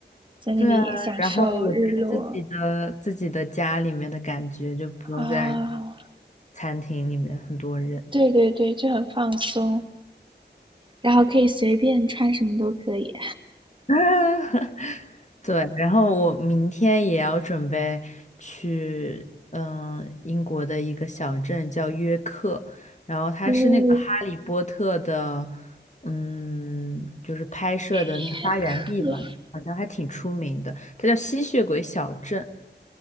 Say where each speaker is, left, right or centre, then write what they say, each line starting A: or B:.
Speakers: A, on the right (about 25°); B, on the left (about 40°).
A: 在那里享受日落
B: 对啊，然后也在自己的自己的家里面的感觉，就不用在
A: 啊、
B: 餐厅里面很多人。
A: 对对对，就很放松，然后可以随便穿什么都可以。
B: <laughs> 对，然后我明天也要准备去，嗯、英国的一个小镇叫约克，然后它是那个《哈利波特》的，
A: 呜、
B: 嗯，就是拍摄的那个发源地吧，
A: 约克，
B: 好像还挺出名的，它叫吸血鬼小镇，